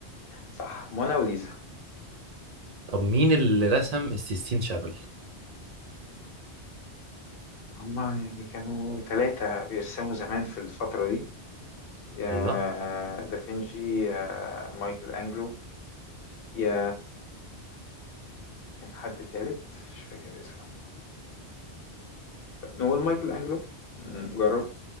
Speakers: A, on the left (about 60°); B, on the right (about 60°).
A: صح مونا وليزا
B: طب مين اللي رسم السيستين شابل؟
A: هما يعني كانوا ثلاثة بيرسموا زمان في الفترة دي يا
B: ايوه
A: دافنشي يا مايكل أنجلو يا كان حد تالت مش فاكر اسمه طب نقول مايكل أنجلو مم، جرب